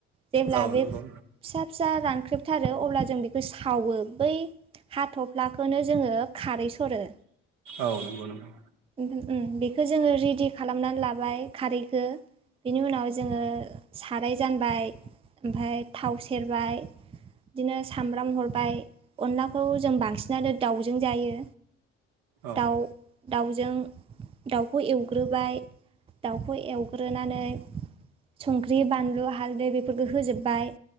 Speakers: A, on the right; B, on the right.
A: जेब्ला
B: औ
A: बे
B: नंगौ
A: फिसा फिसा रानख्रेबथारो अब्ला जों बेखौ सावो बै हाथ'फ्लाखौनो जोङो खारै सरो।
B: औ नंगौ नोंथां।
A: उहो उम बेखौ जोङो रेडि खालामनानै लाबाय खारैखौ। बेनि उनाव जोङो साराय जानबाय ओमफाय थाव सेरबाय बिदिनो सामब्राम हरबाय। अनलाखौ जों बांसिन जानो दाउजों जायो।
B: औ
A: दाउ दाउजों दाउखौ एवग्रोबाय दाउखौ एवग्रोनानै संख्रि बानलु हालदै बेफोरखौ होजोब्बाय।